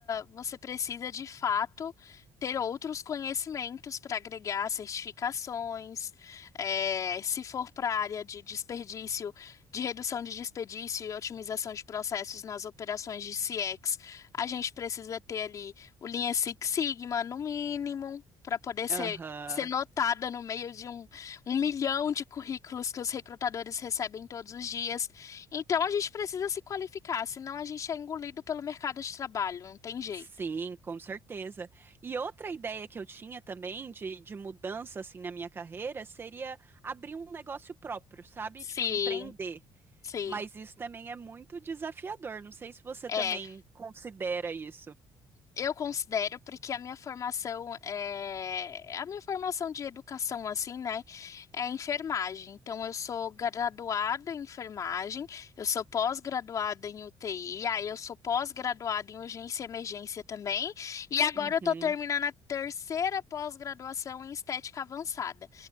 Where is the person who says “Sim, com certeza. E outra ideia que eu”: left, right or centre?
Right